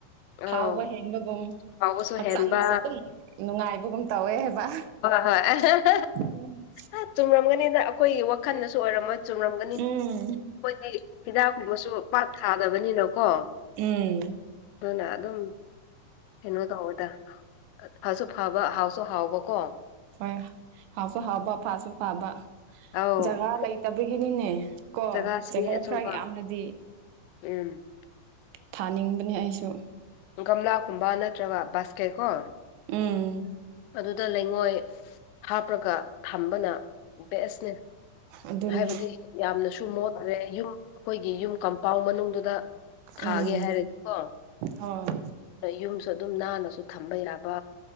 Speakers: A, on the left (about 90°); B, on the right (about 85°).
A: ꯑꯧ
B: ꯍꯥꯎꯕ ꯍꯦꯟꯕꯒꯨꯝ
A: ꯍꯥꯎꯕꯁꯨ
B: ꯍꯛꯆꯥꯡꯗꯁꯨ
A: ꯍꯦꯟꯕ
B: ꯑꯗꯨꯝ ꯅꯨꯡꯉꯥꯏꯕꯒꯨꯝ ꯇꯧꯋꯦ ꯍꯥꯏꯕ
A: ꯍꯣꯏ ꯍꯣꯏ꯫
B: ꯎꯝ꯫
A: ꯑ ꯆꯨꯝꯔꯝꯒꯅꯤꯗ ꯑꯩꯈꯣꯏꯒꯤ ꯋꯥꯈꯜꯗꯁꯨ ꯑꯣꯏꯔꯝꯃꯣꯏ ꯆꯨꯝꯔꯝꯒꯅꯤ꯫ ꯑꯩꯈꯣꯏꯗꯤ
B: ꯎꯝ
A: ꯍꯤꯗꯥꯛꯀꯨꯝꯕꯁꯨ ꯄꯥꯠ ꯊꯥꯗꯕꯅꯤꯅꯀꯣ꯫
B: ꯎꯝ꯫
A: ꯑꯗꯨꯅ ꯑꯗꯨꯝ ꯀꯩꯅꯣ ꯇꯧꯋꯦꯗ ꯐꯁꯨ ꯐꯕ ꯍꯥꯎꯁꯨ ꯍꯥꯎꯕꯀꯣ꯫
B: ꯍꯣꯏ ꯍꯥꯎꯁꯨ ꯍꯥꯎꯕ ꯐꯥꯁꯨ ꯐꯕ
A: ꯑꯧ
B: ꯖꯒꯥ ꯂꯩꯇꯕꯒꯤꯅꯤꯅꯦ꯫ ꯀꯣ
A: ꯖꯒꯥꯁꯤꯅꯦ
B: ꯖꯒꯥ
A: ꯑꯁꯨꯝꯕ
B: ꯈꯔ ꯌꯥꯝꯅꯗꯤ꯫
A: ꯎꯝ
B: ꯊꯥꯅꯤꯡꯕꯅꯦ ꯑꯩꯁꯨ꯫
A: ꯒꯝꯂꯥꯒꯨꯝꯕ ꯅꯠꯇ꯭ꯔꯒ ꯕꯥꯁꯀꯦꯠ ꯀꯣ꯫
B: ꯎꯝ꯫
A: ꯑꯗꯨꯗ ꯂꯩꯉꯣꯏ ꯍꯥꯞꯄ꯭ꯔꯒ ꯊꯝꯕꯅ ꯕꯦꯁꯅꯦ꯫
B: ꯑꯗꯨꯅꯤ
A: ꯍꯥꯏꯕꯗꯤ ꯌꯥꯝꯅꯁꯨ ꯃꯣꯠꯇ꯭ꯔꯦ ꯌꯨꯝ ꯑꯩꯈꯣꯏꯒꯤ ꯌꯨꯝ ꯀꯝꯄꯥꯎꯟ ꯃꯅꯨꯡꯗꯨꯗ꯫ ꯊꯥꯒꯦ
B: ꯎꯝ
A: ꯍꯥꯏꯔꯗꯤꯀꯣ
B: ꯍꯣꯏ
A: ꯑ ꯌꯨꯝꯁꯨ ꯑꯗꯨꯝ ꯅꯥꯟꯅꯁꯨ ꯊꯝꯕ ꯌꯥꯕ꯫